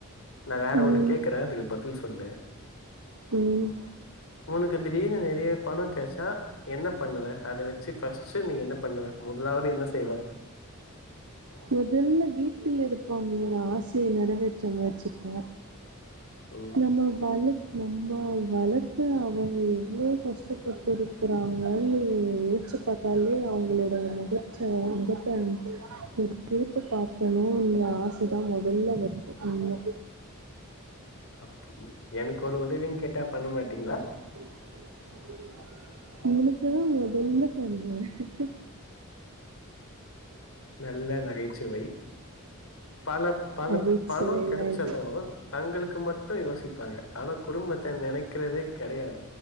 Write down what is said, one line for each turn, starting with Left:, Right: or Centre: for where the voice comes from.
Left: நா வேற
Right: ம்
Left: ஒன்னு கேக்கறே அதுக்கு பதில் சொல்லு
Right: ம்
Left: உனக்கு திடீர்னு நறைய பணோ கெடைச்சா என்ன பண்ணுவ அத வச்சு ஃபஸ்ட் நீ என்ன பண்ணுவ முதலாவது என்ன செய்வே
Right: முதல்ல வீட்டுல இருப்பவங்களோட ஆசைய நிறைவேற்ற முயற்சிப்பே
Left: ம்
Right: நம்ம வள நம்ம வளக்க அவங்க எவ்ளோ கஷ்டப்பட்டுரு க்கிறாங்கனு நெனச்சு பாத்தாலே அவங்களோட முகச்ச முகத்தை ஒரு சிரிப்ப பாக்கனுன்ற ஆசைதா முதல்ல வருது உண்ம
Left: இப்போ எனக்கு ஒரு உதவின்னு கேட்டா பண்ண மாட்டீங்களா
Right: <unintelligible> உனக்குதா முதல்ல பண்ணுவே நா
Left: நல்ல நகைச்சுவை பல பல
Right: நகைச்சுவைலா
Left: பணம் கிடைச்சதும்
Right: இல்ல
Left: தங்களுக்கு மட்டு யோசிப்பாங்க ஆனா குடும்பத்த நனைக்கிறதே கடையாது